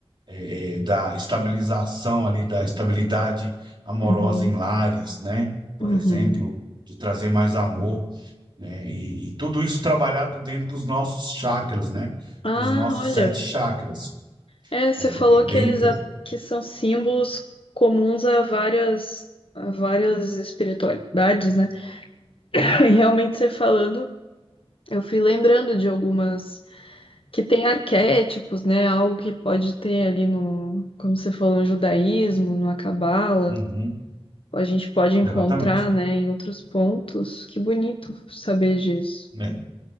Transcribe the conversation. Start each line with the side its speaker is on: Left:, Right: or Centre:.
Right: eh, eh, da estabilização ali, da estabilidade amorosa
Left: Uhum.
Right: em lares, né? Por
Left: Uhum.
Right: exemplo, de trazer mais amor, né? E, e tudo isso trabalhado dentro dos nossos chakras, né?
Left: Ah,
Right: Dos nossos
Left: olha.
Right: sete chakras.
Left: É, você
Right: É,
Left: falou
Right: é bem.
Left: que eles
Right: inter-
Left: a- que são símbolos comuns a várias a várias espiritualidades, né? <laughs> E realmente você falando, eu fui lembrando de algumas que tem arquétipos, né? Algo que pode ter ali no, como você falou, no judaísmo, na cabala.
Right: Uhum,
Left: a gente pode encontrar,
Right: exatamente.
Left: né, em outros pontos. Que bonito saber disso.
Right: É.